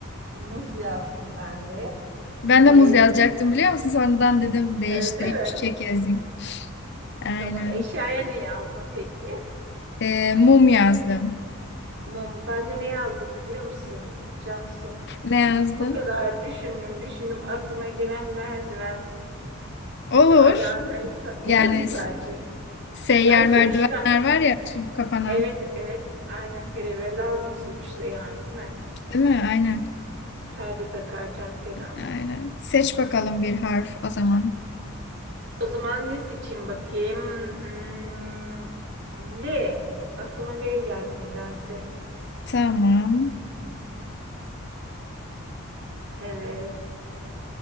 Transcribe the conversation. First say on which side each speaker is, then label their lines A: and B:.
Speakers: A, on the right; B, on the left.
A: Muz yazdım ben de.
B: Ben
A: Ee,
B: de muz yazacaktım biliyor musun? Sonradan dedim değiştireyim
A: öyle mi?
B: çiçek yazayım. Aynen.
A: Tamam. Eşyaya ne yazdın peki?
B: Ee, mum yazdım.
A: Mum. Ben de ne yazdım biliyor musun? Cansu.
B: Ne yazdım?
A: O kadar düşündüm, düşündüm. Aklıma gelen merdiven
B: Olur.
A: ne alakaysa olur
B: Yani
A: mu sadece?
B: s- seyyar
A: Yani sonuçta.
B: merdivenler var ya açılıp kapanan.
A: Evet, evet. Aynen her eve lazım sonuçta yani değil mi?
B: Değil mi? Aynen.
A: Perde takarken falan.
B: Aynen. Seç bakalım bir harf o zaman.
A: O zaman ne seçeyim bakayım? Hmm, L. Aklıma L geldi nedense.
B: Tamam.
A: Evet.